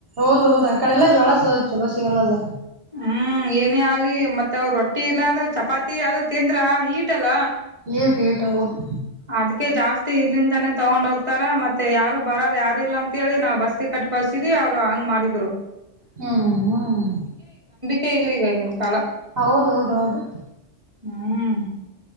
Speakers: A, on the right; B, on the right.
A: ಹೌದ ಹೌದು ಆ ಕಡೆಲ್ಲ ಜಳ ಚಲೋ ಸಿಗಲ್ಲಲ.
B: ಹ್ಮ್ ಏನೇ ಆಲಿ ಮತ್ತ ಅವರು ರೊಟ್ಟಿಲ್ಲಾದ ಚಪಾತಿ ಅದು ತಿಂದ್ರ ಹೀಟ ಅಲ್ಲ.
A: ೇ ೇಟ ಹೌದು.
B: ಅದ್ಕ್ಕೆ ಜಾಸ್ತಿ ಇಲ್ಲಿಂದಾನೇ ತಗೊಂಡ್ ಹೋಗ್ತಾರ ಮತ್ತೆ ಯಾರು ಬರದ ಯಾರಿಲ್ಲ ಅಂತಿ ನಾವ್ ಬಸ್ತಿ ಕಟ್ಟ. ಕಸಿದಿ ಅವ್ರು ಹಂಗ ಮಾಡಿದ್ರು.
A: ಹ್ಮ್ ಹ್ಮ್.
B: ಹೇಗ್ಲಿ ಈಗಗಿನ ಕಾಲ.
A: ಹೌದೌದೌದು
B: ಹ್ಮ್